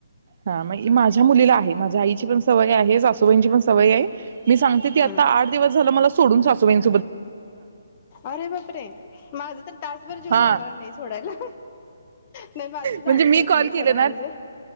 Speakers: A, on the right (about 45°); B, on the left (about 30°).
A: हा मग माझ्या मुलीला आहे. माझ्या आईची पण सवय. आहे सासूबाईंचीपण. सवये, मी सांगते ती
B: हा
A: आता आठ दिवस झालं मला सोडू सोडून सासूबाईं
B: अरे बाप रे, माझं तर तासभर जीव
A: हा
B: जाणार नाही. सोडायला. नाही माझं झाडच
A: म्हणजे मी
B: होत
A: कॉल
B: नाही
A: केले
B: खरं
A: ना
B: म्हणजे